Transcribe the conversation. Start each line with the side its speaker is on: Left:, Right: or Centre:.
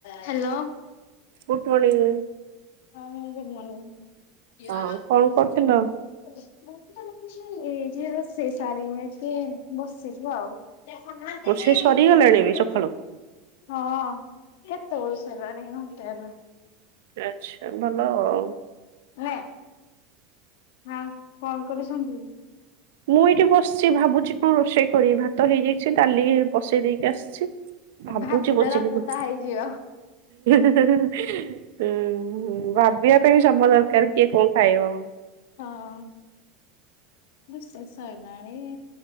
Left: Hello.
Right: Good morning.
Left: ହଁ good ମର୍ନିଙ୍ଗ।
Right: ହଁ କଣ କରୁଥିଲ?
Left: ଏଇ ଯେ ରୋଷେଇ ସାରିକି ଟିକେ ବସିଛି ଆଉ। ସାନ୍ତି।
Right: ରୋଷେଇ ସରିଗଲାଣି
Left: <inaudible>
Right: ବି ସକାଳୁ
Left: ହଁ କେତେ ବେଳୁ ସରିଲାଣି। ଘଣ୍ଟେ ହେଲା
Right: ଆଚ୍ଛା ଭଲ ଆଉ।
Left: ହେଲା। ହଁ କଣ କରୁଛନ୍ତି?
Right: ମୁଁ ଏଇଠି ବସିଛି ଭାବୁଛି କଣ ରୋଷେଇ କରିବି ଭାତ ହେଇଯାଇଛି ଡାଲି ବସେଇ ଦେଇକି ଆସିଛି। ଭାବୁଛି
Left: ଭାବିଲେ
Right: ବସିକି।
Left: ରାତି
Right: ହୁଁ
Left: ଟା ହେଇଯିବ।
Right: ଭାବିବା ପାଇଁ ବି ସମୟ ଦରକାର କିଏ କଣ ଖାଇବ।
Left: ହଁ। ରୋଷେଇ ସରିଲାଣି।